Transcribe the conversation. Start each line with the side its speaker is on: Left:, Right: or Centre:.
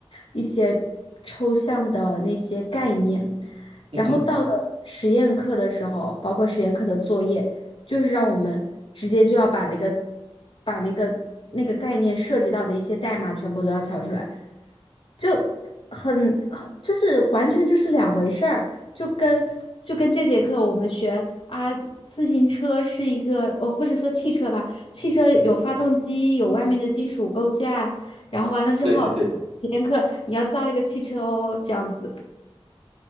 Left: 一些抽象的那些概念，
Right: 嗯哼，
Left: 然后到了实验课的时候，包括实验课的作业。就是让我们直接就要把那个把那个那个概念涉及到的一些代码全部都要敲出来，就很啊就是完全就是两回事儿，就跟就跟这节课我们学啊。自行车是一个，呃，或者说汽车吧，汽车有发动机，有外面的金属构架，然后完了之后，
Right: 对对对，
Left: 体验课你要造一个汽车哦，这样子。